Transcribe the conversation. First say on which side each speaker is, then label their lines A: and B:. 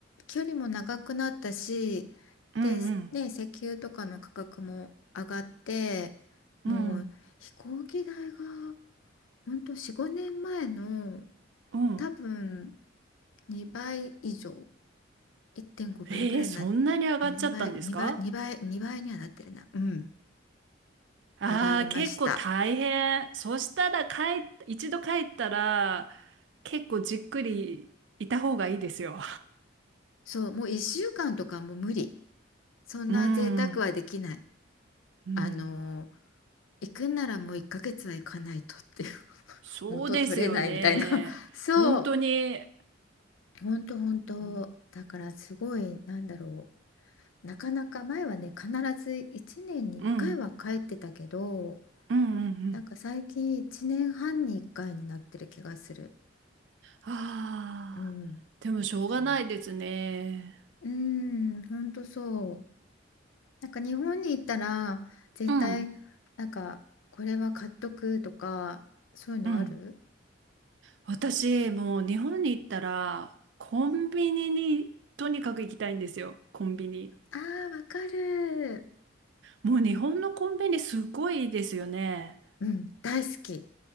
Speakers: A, on the left; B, on the right.
A: 距離も長くなったし、
B: うんうん、
A: で、ね、石油とかの価格も上がって、
B: うん、
A: もう飛行機代が、ほんと4、5年前の
B: うん。
A: 多分2倍以上、1.5倍ぐらいな、
B: えー、そんなに上がっちゃったんですか
A: 2倍、2倍、2倍、2倍にはなってるな。うん。
B: ああー、
A: 上がりました。
B: 結構大変。そしたら帰っ、一度帰ったら、結構じっくりいた方がいいですよ。
A: そう、もう1週間とかもう無理。そんな贅沢はできない。
B: うん、うん。
A: あのー行くんならもう1ヶ月は行かないとっていう <laughs>
B: そうですよね。
A: 元取れないみたいなそう、
B: 本当に。
A: 本当本当。
B: うん、
A: だからすごい、なんだろう。なかなか前はね、必ず1年に1回は帰ってたけど、
B: うん、うん、うん。うん
A: なんか最近1年半に1回になってる気がする。
B: ああ、
A: うん。
B: でもしょうがないですね。
A: そう。うん、本当そう。なんか日本に行ったら絶対なんかこれは買っとくとかそういうのある
B: うん。うん。私、もう日本に行ったら、コンビニにとにかく行きたいんですよ。コンビニ。
A: あーわかる
B: もう日本のコンビニすごいですよね。
A: うん大好き